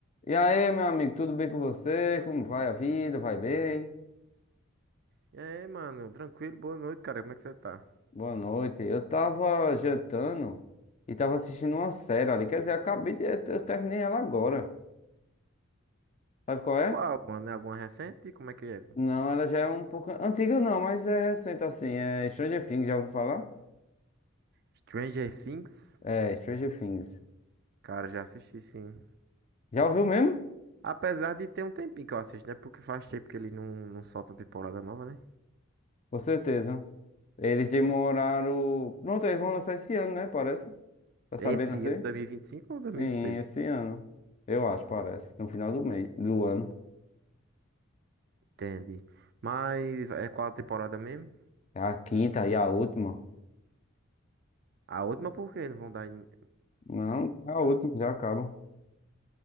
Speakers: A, on the left; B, on the right.
A: E aí, meu amigo, tudo bem com você? Como vai a vida? Vai bem?
B: E aí, mano? Tranquilo? Boa noite, cara. Como é que você tá?
A: Boa noite. Eu tava jantando e tava assistindo uma série ali. Quer dizer, acabei de. Eu terminei ela agora. Sabe qual é?
B: Qual, mano? É alguma recente? Como é que é?
A: Não, ela já é um pouco antiga, não, mas é recente assim. É Stranger Things, já ouviu falar?
B: Stranger Things?
A: É, Stranger Things.
B: Cara, já assisti sim.
A: Já ouviu mesmo?
B: Apesar de ter um tempinho que eu assisto, né? Porque faz tempo que ele não, não solta uma temporada nova, né?
A: Com certeza. Eles demoraram. Pronto, eles vão lançar esse ano, né? Parece. Tá sabendo
B: Esse
A: assim?
B: ano, 2025 ou 2026?
A: Sim, esse ano. Eu acho, parece. No final do mês, do ano.
B: Entendi. Mas é qual a temporada mesmo?
A: É A quinta e a última?
B: A última por quê? Não vão dar. in-
A: Não, é a última já acaba.